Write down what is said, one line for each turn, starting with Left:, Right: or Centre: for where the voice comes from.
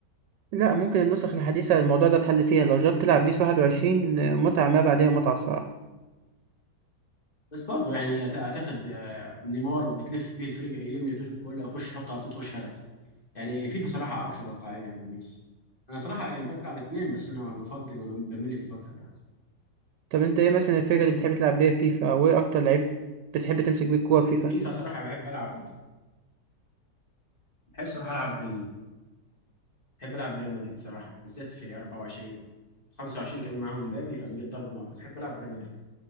Right: لا ممكن النسخ الحديثة الموضوع ده اتحل فيها لو جربت تلعب بيس 21 آه، متعة ما بعدها متعة الصراحة
Left: بس برضه يعني هت- هتاخد آه، نيمار بتلف بيه الفريق يلم الفريق كله يخش يحط ار تخش هدف يعني فيفا صراحه اكثر واقعيه من بيس انا صراحه يعني بلعب اتنين بس انا بفضل وبميل لفيفا اكتر يعني
Right: طب انت ايه مثلا الفرقة اللي بتحب تلعب بيها في فيفا او ايه اكتر لعيب بتحب تمسك بيه الكورة في فيفا
Left: فيفا صراحه بحب العب بحب صراحه العب بحب العب بريال مدريد صراحه بالذات في 24 25 كمان معاهم مبابي فبيجي الضرب نار بحب العب بريال مدريد